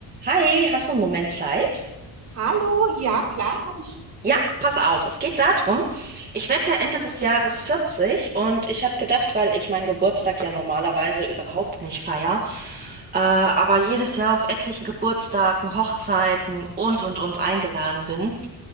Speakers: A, on the right; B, on the right.
A: Hi, hast du einen Moment Zeit?
B: Hallo, ja klar, habe ich.
A: Ja, pass auf, es geht darum, ich werde ja Ende des Jahres 40 und ich habe gedacht, weil ich meinen Geburtstag ja normalerweise überhaupt nicht feier, äh, aber jedes Jahr auf etlichen Geburtstagen, Hochzeiten und, und, und eingeladen bin,